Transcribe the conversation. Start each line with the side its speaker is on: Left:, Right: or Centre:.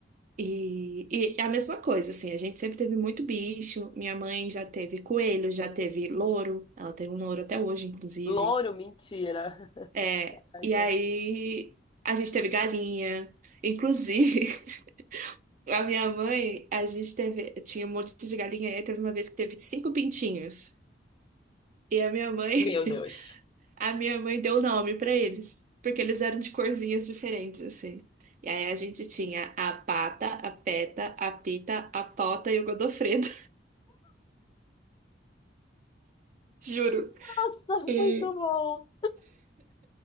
Right: E, e é a mesma coisa, assim, a gente sempre teve muito bicho. Minha mãe já teve coelho, já teve louro, ela tem um louro até hoje, inclusive.
Left: Louro, mentira. <laughs>
Right: É,
Left: Caraca.
Right: e aí a gente teve galinha. Inclusive, <laughs> a minha mãe, a gente teve, tinha um monte de galinha, e aí teve uma vez que teve cinco pintinhos. E a minha mãe,
Left: Meu
Right: <laughs>
Left: Deus.
Right: a minha mãe deu nome pra eles, porque eles eram de corzinhas diferentes, assim. E aí a gente tinha a pata, a peta, a pita, a pota e o Godofredo. Juro.
Left: Nossa,
Right: E,
Left: muito bom!